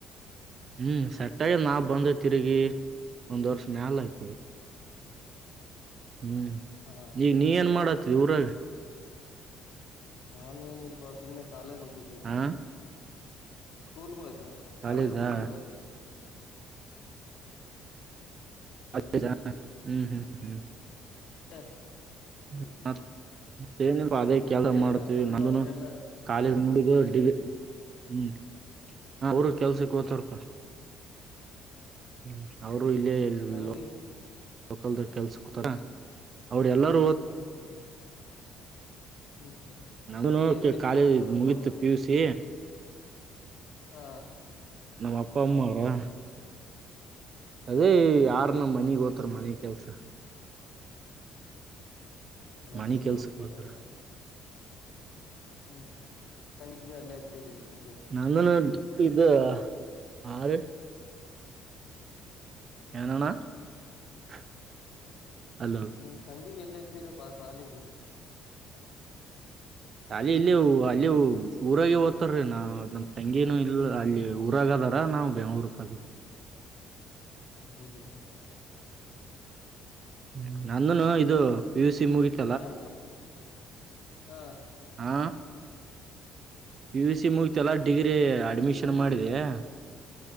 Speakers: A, on the right; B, on the left.
A: ಹ್ಮ್ ಸಟ್ಟ ಆಗದ ನಾ ಬಂದ ತಿರುಗಿ ಒಂದ್ ವರ್ಷ ಮ್ಯಾಲ ಆಯ್ತಾ ಈಗ ಹ್ಮ್ <inaudible>
B: ಹ
A: ಈಗ ನೀ ಏನ್ ಮಾಡತಿ ಊರಾಗ
B: ನಾನು ಏನ ಇಲ್ಲಪಾ ಸುಮ್ನೆ ಕಾಲೇಜ ಹೊಂಟಿದ್ದೆ ನೋಡ
A: ಹಾ
B: ಸ್ಕೂಲ್ಗ್ತ ಗೆ ಹೋಯ್ತ
A: ಕಾಲೇಜಾ
B: ಕಾಲೇಜ್ ಹೊಂಟಿರೊದ
A: ಹತ್ತ ಜನ <unintelligible> ಹ್ಮ್ ಹ್ಮ್ಮ್ ಹ್ಮ್ಮ್
B: <inaudible>
A: <unintelligible>
B: ಹ್ಮ್
A: ಏನಲ್ ಅದೇ
B: ಮತ್ತೆ
A: ಕೆಲ ಮಾಡ್ತೀವಿ
B: ಏನ ಅಮ್ಮ
A: ನಂದನು
B: ಅವರೆಲ್ಲಾ
A: ಕಾಲೇಜ್
B: ಕೆಲ್ಸಕ್
A: ಮುಗಿದು
B: ಹೋಗ್ತಾರೆ
A: ಡಿಗ್ರಿ ಹ್ಮ್ ಅವರು ಕೆಲ್ಸಕ್ಕೆ ಹೋತಾರಪ <inaudible> ಹ್ಮ್ ಅವರು
B: ಹ್ಮ್
A: ಇಲ್ಲೇ
B: ತಂಗಿ
A: ಲೋಕ ಲೋಕಲ್ ದಾಗ ಕೆಲ್ಸಕ್ಕ್ ಹೊಕ್ಕರ ಅವರು ಎಲ್ಲರೂ
B: <inaudible> ಹ್ಮ್ ಹ್ಮ್
A: ಅವನು ಅಂತು
B: ಏನ್ ಕೆಲ್ಸ
A: ಕಾಲೇಜ
B: ಮಾಡ್ತಾರ ಅಪ್ಪ
A: ಮುಗೀತು
B: ಅಮ್ಮ
A: ಪಿ ಯು ಸಿ
B: ಹಾ
A: ನಮ್ಮ ಅಪ್ಪ ಅಮ್ಮ ಅವರಾ
B: ಹಾ
A: ಅದೇ ಯಾರನ ಮನಿ ಗೊತ್ತ ಇದ್ರ ಮನೆ ಕೆಲ್ಸ
B: ಮನೆ
A: ಮನಿ
B: ಕೆಲ್ಸಕ್ಕೆ
A: ಕೆಲ್ಸಕ್
B: ಹೋಗ್ತಾರ?
A: ಹೋತಾರ
B: <inaudible> ಹ್ಮ್ ಹ್ಮ್ ತಂಗಿ ಗು ಅಲ್ಲೇ ಹಚ್ಚಿರಿ ಸ್ಕುಲ್ಗೆ.
A: ನಂದು ನಂದ್ ದುಡ್ಡ <unintelligible> ಹಾ ಬೆ ಏನ್ ಅಣ್ಣಾ <inaudible> ಹಲೋ
B: ನಿಮ್ ತಂಗಿಗೆ ಎಲ್ಲಿ ಹಚ್ಚಿರಪ್ಪಾ ಸಾಲಿಗೆ.
A: ಸಾಲಿ ಇಲ್ಲಿಯೋ
B: ಎಲ್ಲೋ
A: ವ ಅಲ್ಲಿ ಊರಾಗ ಓದ್ತಾರೀ ನಾ ನಮ್ಮ ತಂಗಿನೂ ಇಲ್ಲ ಅಲ್ಲಿ ಊರಾಗ ಅದಾರ ನಾವು ಬೆಂಗಳೂರು ಕ ಹ್ಮ
B: ಹೌದು ಹೌದ
A: ಹ್ಮ ನಂದನು ಇದು ಪಿ ಯು ಸಿ ಮುಗಿತ
B: <unintelligible> ಹಾ
A: ಹಾ ಪಿ ಯು ಸಿ ಮುಗಿತ ಎಲ್ಲ degree admission
B: P U C ಮುಗೀತು
A: ಮಾಡಿದೆಯಾ